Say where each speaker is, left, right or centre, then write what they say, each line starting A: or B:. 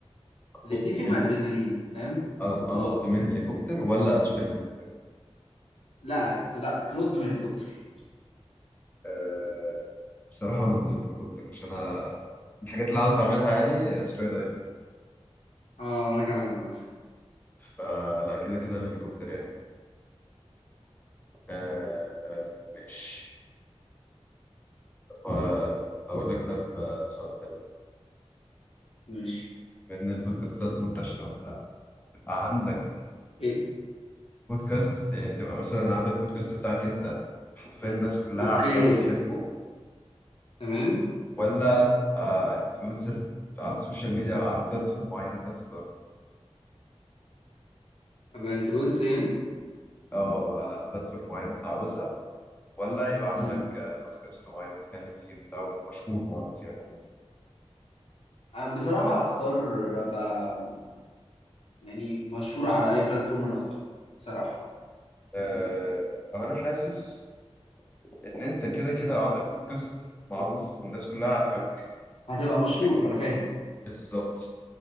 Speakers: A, on the left; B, on the left.
A: الاتنين
B: انط
A: فيهم
B: من
A: ادرينالين فاهم
B: هل- انط
A: اه
B: من هليكوبتر ولا اسوق هليكوبتر
A: لا لا تنط من الهليكوبتر
B: آه، بصراحه انط من هليكوبتر عشان انا من الحاجات اللي عاوز اعملها يعني آه، سكاي دايف
A: اه انا كمان عامة
B: فلا كده كده الهليكوبتر يعني آه، ماشي طب، آه، اقول لك ده سؤال حلو
A: ماشي
B: بما ان البودكاستات منتشره وبتاع تبقى عندك
A: إيه.
B: بودكاست بتاعي تبقى مثلا عندك بودكاست بتاعك انت حرفيا الناس كلها
A: اوكي
B: عارفاه وبتحبه
A: تمام
B: ولا تبقى انفلونسر على السوشيال ميديا على بلاتفورم معينة انت تختار
A: ابقى انفلونسر يعني
B: او على بلاتفورم معينة انت عاوزها ولا يبقى عندك
A: امم
B: آه، بودكاست معين بتتكلم فيه وبتاع ومشهور معروف يعني
A: بصراحة هختار ابقى يعني مشهور على اي بلاتفورم انا اختارها بصراحة
B: آه، انا حاسس ان انت كده كده لو عندك بودكاست معروف والناس كلها عارفاك
A: هتبقى مشهور
B: فانت
A: انا فاهم
B: بالظبط